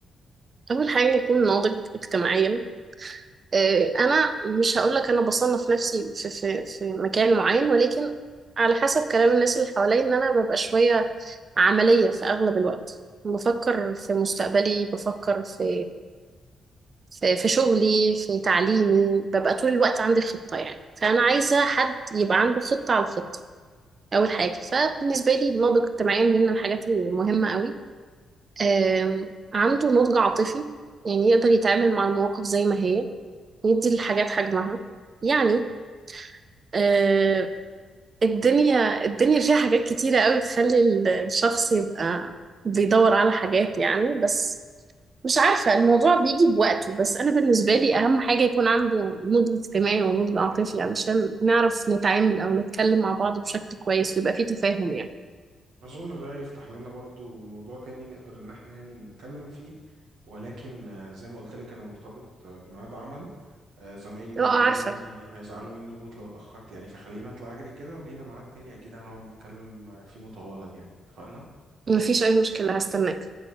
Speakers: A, on the right; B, on the right.
A: أول حاجة يكون ناضج اجتماعيا آه، انا مش هقولك انا بصنف نفسي في في في مكان معين ولكن على حسب كلام الناس اللي حواليا ان انا ببقى شويه عمليه في اغلب الوقت بفكر في مستقبلي بفكر في في في شغلي في تعليمي ببقى طول الوقت عندي خطه يعني فانا عايزه حد يبقى عنده خطه على الخطه اول حاجه فبالنسبه لي النضج اجتماعيا دي من الحاجات المهمه قوي آم، عنده نضج عاطفي يعني يقدر يتعامل مع المواقف زي ما هي يدي الحاجات حجمها يعني آه الدنيا الدنيا فيها حاجات كتيرة قوي تخلي ال- الشخص يبقى بيدور على حاجات يعني بس مش عارفة الموضوع بيجي بوقته بس أنا بالنسبة لي أهم حاجة يكون عنده نضج اجتماعي ونضج عاطفي علشان نعرف نتعامل أو نتكلم مع بعض بشكل كويس ويبقى فيه تفاهم يعني
B: أظن ده يفتح لنا برضو موضوع تاني نقدر إن احنا يعني نتكلم فيه ولكن آه، زي ما قلت لك أنا مرتبط آه، بميعاد عمل آه، زمايلي ومديريني
A: لا عارفة
B: هيزعلوا مني موت لو اتأخرت يعني فخلينا أطلع أجري كده ولينا ميعاد تاني أكيد هنقعد نتكلم آه، فيه مطولا يعني اتفقنا؟
A: مفيش أي مشكلة هستناك